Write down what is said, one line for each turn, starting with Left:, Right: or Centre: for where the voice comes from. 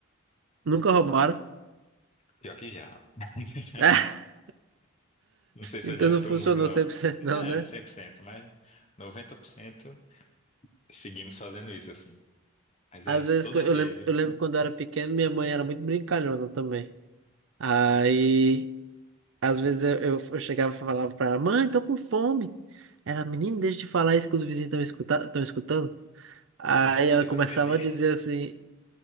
Right: Nunca roubaram.
Left: Pior que já. <laughs>
Right: <laughs>
Left: Não sei se
Right: Então
Left: adiantou
Right: não funcionou
Left: muito, não.
Right: cem por cento
Left: Não
Right: não,
Left: é
Right: né?
Left: cem por cento mas 90% seguimos fazendo isso assim. Mas
Right: Às
Left: aí
Right: vezes,
Left: toda
Right: que eu eu
Left: vez,
Right: lembro,
Left: eu-
Right: eu lembro quando eu era pequeno, minha mãe era muito brincalhona também. Aí, às vezes eu, eu, eu chegava e falava pra ela, mãe, tô com fome. Era, menino, deixa de falar isso que os vizinhos estão escutando. Aí
Left: <laughs> e
Right: ela
Left: dos
Right: começava
Left: vizinhos,
Right: a dizer assim,